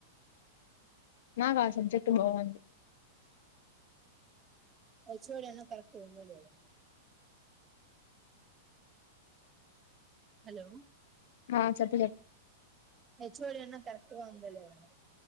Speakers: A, on the left; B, on the right.
A: మాక్ ఆ సబ్జెట్ బాగుంది.
B: హెచ్ఓడి అన్న కరెక్ట్ ఉందొ లేదో హలో
A: ఆ చెప్పలే
B: హెచ్ఓడి అన్న కరెక్ట్ గా ఉందొ లేదో